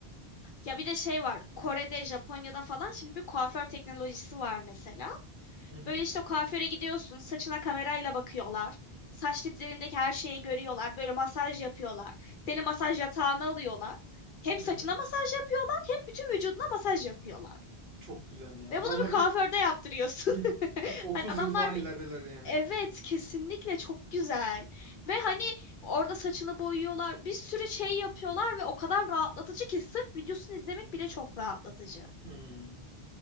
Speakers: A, on the left; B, on the right.
A: Ya bir de şey var. Kore'de, Japonya'da falan şimdi bir kuaför teknolojisi var mesela.
B: Hı hı.
A: Böyle işte o kuaföre gidiyorsun, saçına kamerayla bakıyorlar. Saç diplerindeki her şeyi görüyorlar. Böyle masaj yapıyorlar. Seni masaj yatağına alıyorlar. Hem
B: Hı
A: saçına
B: hı.
A: masaj yapıyorlar, hem bütün vücuduna masaj yapıyorlar.
B: Çok güzel ya.
A: Ve
B: Adamlar
A: bunu bir kuaförde
B: bir
A: yaptırıyorsun.
B: <clears throat>
A: <laughs>
B: bir 30
A: Hani adamlar
B: yıl falan
A: bir
B: ilerideler yani.
A: evet kesinlikle çok güzel. Ve hani orada saçını boyuyorlar. Bir sürü şey yapıyorlar ve o kadar rahatlatıcı ki sırf videosunu izlemek bile çok rahatlatıcı.
B: Hmm.